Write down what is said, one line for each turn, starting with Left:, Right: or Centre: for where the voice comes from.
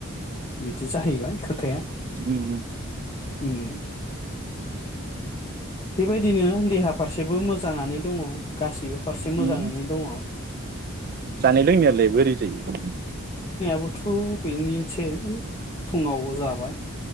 Left: बिदि जाहैबाय खोथाया
Right: ओम
Left: उम बेबायदिनो देहा फारसेबो मोजाङानो दङ गासिबो फारसे
Right: उम
Left: मोजाङैनो दङ
Right: जानाय लोंनायालाय बोरै जायो?
Left: बोथ' बेनोसै फुङाव जाबाय